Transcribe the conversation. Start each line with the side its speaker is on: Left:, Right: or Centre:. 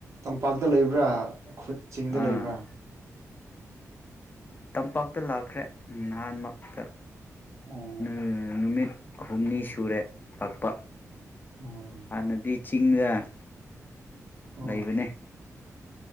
Right: ꯇꯝꯄꯥꯛꯇ ꯂꯩꯕ꯭ꯔꯥ ꯈꯨ ꯆꯤꯡꯗ
Left: ꯑꯥ
Right: ꯂꯩꯕ꯭ꯔꯥ
Left: ꯇꯝꯄꯥꯛꯇ ꯂꯥꯛꯈ꯭ꯔꯦ ꯅꯍꯥꯟꯃꯛꯇ
Right: ꯑꯣ
Left: ꯅꯨꯃꯤꯠ ꯑꯍꯨꯝꯅꯤ ꯁꯨꯔꯦ ꯂꯥꯛꯄ
Right: ꯎꯝ
Left: ꯍꯥꯟꯅꯗꯤ ꯆꯤꯡꯗ
Right: ꯑꯣ
Left: ꯂꯩꯕꯅꯦ